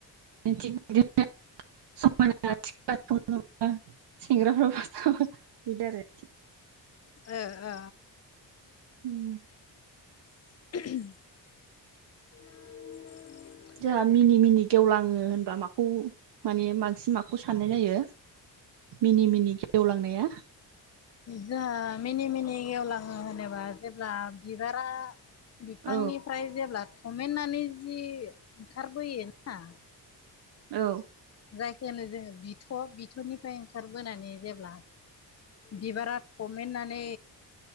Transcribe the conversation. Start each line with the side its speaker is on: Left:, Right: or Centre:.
Right: थिग बिदिनो समायना <unintelligible> सेंग्राफोरा बिदि आरो
Left: ओ ओ
Right: अम
Left: <inaudible>
Right: जोंहा मिनि मिनि गेवलाङो होनबा माखौ माने बांसिन माखौ साननाय जायो मिनि मिनि गेवलांनाया
Left: जोंङो मिनि मिनि एवलाङो होनोबा जेब्ला बिबारा बिफांनिफ्राय
Right: औ
Left: जेब्ला थमेन्नानै जि ओंखारबोयोना
Right: औ
Left: जायखो होनो जोंङो बिथ‌ बिथनिफ्राय ओंखारबोनानै जेब्ला बिबारा थमेेननानै